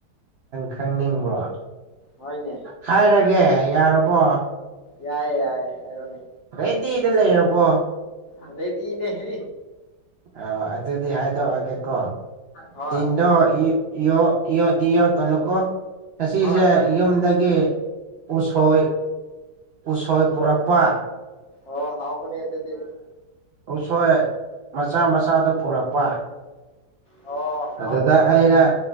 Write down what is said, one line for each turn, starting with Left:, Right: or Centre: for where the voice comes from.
Right: ꯈꯪꯅꯤꯡꯕ꯭ꯔꯣ
Left: ꯍꯣꯏꯅꯦ
Right: ꯍꯥꯏꯔꯒꯦ ꯌꯥꯔꯕꯣ
Left: ꯌꯥꯏꯑꯦ ꯌꯥꯏꯌꯦ ꯍꯥꯏꯔꯅꯦ
Right: ꯍꯦꯗꯤꯗ ꯂꯩꯔꯕꯔꯕꯣ
Left: ꯑꯗꯩꯗꯤꯅꯦ ꯍꯦ
Right: ꯑ ꯑꯗꯨꯗꯤ ꯍꯥꯏꯗꯣꯛꯑꯒꯦꯀꯣ
Left: ꯍꯣꯏ
Right: ꯇꯤꯟꯗꯣ ꯌ ꯏ ꯀꯩꯅꯀꯣ ꯑꯁꯤꯁꯦ
Left: ꯍꯣꯏ ꯍꯣꯏꯅꯦ
Right: ꯌꯨꯝꯗꯒꯤ
Left: ꯍꯣꯏꯅꯦ
Right: ꯎꯁꯣꯏ ꯎꯁꯣꯏ ꯄꯨꯔꯛꯄꯥ
Left: ꯀꯣ ꯑꯣ ꯍꯥꯎ ꯄꯅꯤ ꯌꯦꯠꯇꯦꯗꯤ
Right: ꯎꯁꯣꯏ ꯃꯆꯥ ꯃꯆꯥꯗ
Left: ꯑꯣ
Right: ꯄꯨꯔꯛꯄ
Left: ꯑꯣ ꯍꯥꯎꯒꯅꯤꯗ
Right: ꯑꯗꯨꯗ ꯑꯩꯅ
Left: ꯑꯗꯨꯗꯤ